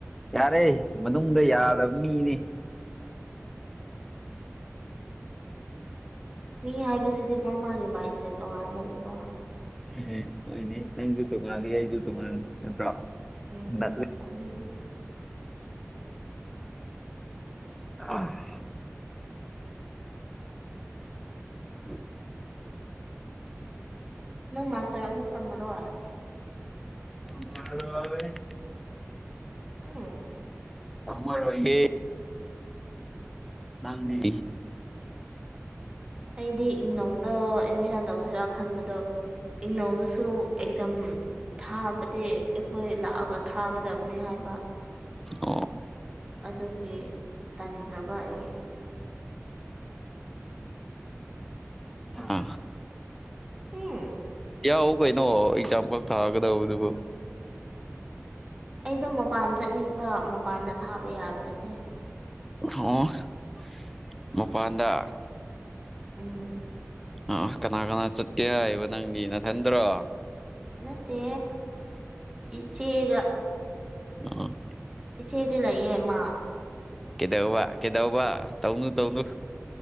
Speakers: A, in the centre; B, on the right.
A: ꯌꯥꯔꯦ ꯃꯅꯨꯡꯗ ꯌꯥꯗꯕ ꯃꯤꯅꯤ
B: ꯃꯤ ꯍꯥꯏꯕꯁꯤꯗꯤ ꯃꯥꯃꯥꯒꯤ ꯃꯥꯏꯟꯁꯦꯠ ꯇꯣꯉꯥꯟꯕꯒꯤꯀꯣ
A: ꯍꯨꯏꯅꯦ ꯍꯣꯏꯅꯦ ꯅꯪꯁꯨ ꯇꯣꯡꯉꯥꯜꯂꯤ ꯑꯩꯁꯨ ꯇꯣꯡꯉꯥꯜꯂꯤ ꯅꯠꯇ꯭ꯔꯣ
B: <unintelligible>
A: ꯅꯠꯂꯦ. ꯑ ꯎ
B: ꯅꯪ ꯃꯥꯁꯇꯔ ꯑꯃꯨꯛ ꯇꯝꯃꯔꯣ
A: <unintelligible>
B: ꯎ
A: ꯇꯝꯃꯔꯣꯏꯒꯦ ꯂꯥꯡꯗꯦ
B: ꯑꯩꯗꯤ ꯏꯪꯅꯧ ꯑꯗꯣ ꯑꯦꯠꯃꯤꯁꯟ ꯇꯧꯁꯤꯔꯥ ꯈꯟꯕꯗꯣ ꯏꯅꯧꯗꯨꯁꯨ ꯑꯦꯛꯖꯝ ꯊꯥꯕꯗꯤ ꯑꯩꯈꯣꯏ ꯂꯥꯛꯑꯒ ꯊꯥꯒꯗꯕꯅꯤ ꯍꯥꯏꯕ
A: ꯑꯣ
B: ꯑꯗꯨꯒꯤ ꯇꯟꯈ꯭ꯔꯕ ꯑꯩ
A: ꯑ
B: ꯎꯝ
A: ꯌꯥꯎ ꯀꯩꯅꯣ ꯑꯦꯛꯖꯥꯝꯈꯛ ꯊꯥꯒꯗꯧꯕꯗꯨꯕꯨ
B: ꯑꯩꯗꯣ ꯃꯄꯥꯟ ꯆꯠꯅꯤꯡꯕ ꯃꯄꯥꯟꯗ ꯊꯥꯕ ꯌꯥꯕ꯭ꯔꯅꯦ
A: <unintelligible> ꯃꯄꯥꯟꯗ
B: ꯎꯝ
A: ꯑꯥ ꯀꯅꯥ ꯀꯅꯥ ꯆꯠꯀꯦ ꯍꯥꯏꯕ ꯅꯪꯒꯤ ꯅꯊꯟꯗ꯭ꯔꯣ
B: ꯅꯠꯇꯦ ꯏꯆꯦꯒ
A: ꯎ
B: ꯏꯆꯦꯗꯤ ꯂꯩꯌꯦ ꯑꯃ
A: ꯀꯩꯗꯧꯕ ꯀꯩꯗꯧꯕ ꯇꯧꯅꯨ ꯇꯧꯅꯨ